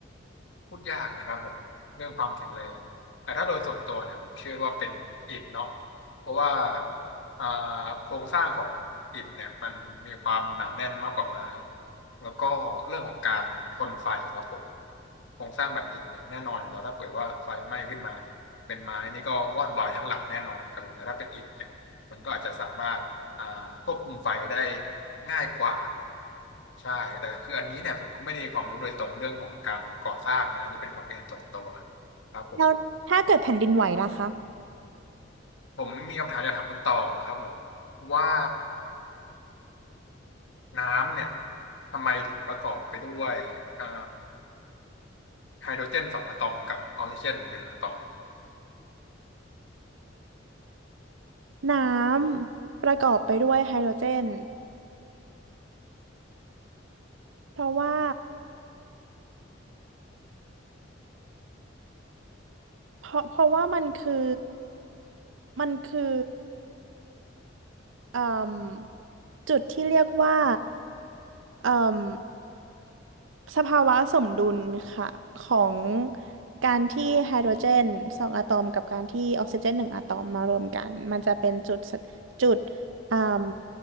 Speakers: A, on the left; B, on the right.
A: พูดยากนะครับผมเรื่องความแข็งแรงแต่ถ้าโดยส่วนตัวเนี่ยผมเชื่อว่าเป็นอิฐเนาะเพราะว่าอ่าโครงสร้างของอิฐเนี่ยมันมีความหนาแน่นมากกว่าไม้แล้วก็เรื่องของการทนไฟครับผมโครงสร้างแบบอิฐเนี่ยแน่นอนอยู่แล้วถ้าเกิดว่าไฟไหม้ขึ้นมาเนี่ยเป็นไม้นี่ก็วอดวายทั้งหลังแน่นอนครับผมแต่ถ้าเป็นอิฐเนี่ยมันก็อาจจะสามารถ อ่าควบคุมไฟได้ง่ายกว่าใช่แต่คืออันนี้เนี่ยผมก็ไม่ได้มีความรู้โดยตรงเรื่องของการก่อสร้างนะอันนี่เป็นความคิดเห็นส่วนตัวครับผม
B: แล้วถ้าเกิดแผ่นดินไหวล่ะคะ
A: ผมมีคำถามอยากถามคุณตองครับผมว่าน้ำเนี่ยทำไมถึงประกอบไปด้วยอ่าไฮโดรเจนสองอะตอมกับออกซิเจนหนึ่งอะตอม
B: น้ำประกอบไปด้วยไฮโดรเจนเพราะว่าเพราะเพราะว่ามันคือมันคือ เอ่มจุดที่เรียกว่าเอ่มสภาวะสมดุลค่ะของการที่ไฮโดรเจนสองอะตอมกับการที่ออกซิเจนหนึ่งอะตอมมารวมกันมันจะเป็นจุดสจุดเอ่ม